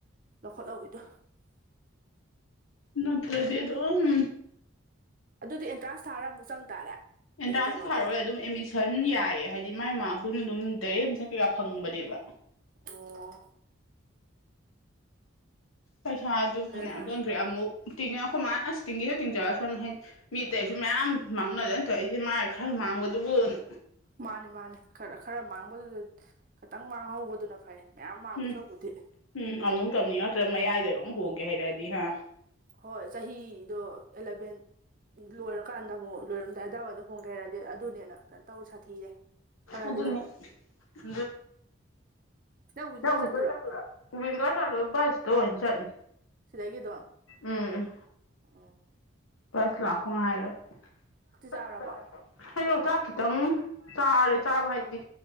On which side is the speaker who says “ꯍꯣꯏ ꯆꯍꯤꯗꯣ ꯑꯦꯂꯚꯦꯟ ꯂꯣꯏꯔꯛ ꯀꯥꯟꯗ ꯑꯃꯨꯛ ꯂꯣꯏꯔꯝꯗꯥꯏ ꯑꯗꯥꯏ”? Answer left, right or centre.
Right